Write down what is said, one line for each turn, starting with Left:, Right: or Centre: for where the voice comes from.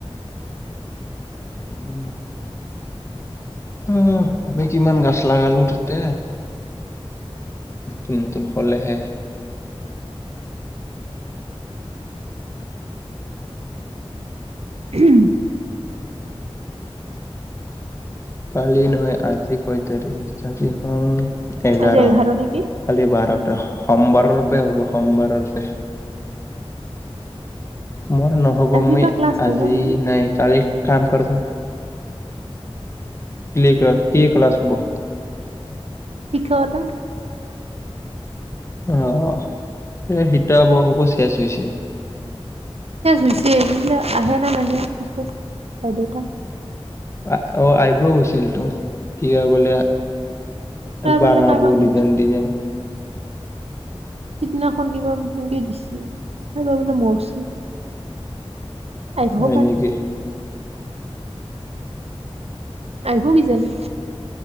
Left: উ অ আমি কিমান গাছ লগালো তাতে। নতুন নতুন হ'লেহে।
Right: উম।
Left: কালি নহয় আজি কয় তাৰিখ আজি হ'ল এঘাৰ।
Right: আজি
Left: কালি
Right: নেকি
Left: বাৰটা সমবাৰৰুপে হ'ব সমবাৰৰুপে। মোৰ নহ'ব
Right: আজিৰ
Left: মই
Right: পৰা ক্লাছ হয়
Left: আজি
Right: ন নহয়
Left: নাই কালি কাম কৰ্বা। লিক ৰা কি ক্লাছ হব?
Right: শিক্ষকতা।
Left: অ এ শীত বৰসবোৰ শেচ হৈছে।
Right: চেজ হৈছে এইগিলা আহে নে নাহে পিছত বা বাধ্যতা
Left: আহ অ আহিব গৈছিল তো কিয় কলে?
Right: তাৰ
Left: এ বানাবো
Right: বোলে কাইবা
Left: ডিজাইন - ডিজাইন।
Right: সিদিনাখন কিবা সেনেকে দিছে কিবা খাই বা বোলে মৰছে। আহিবও
Left: হয়
Right: পাৰে
Left: নেকি?
Right: আহিব কিজানি?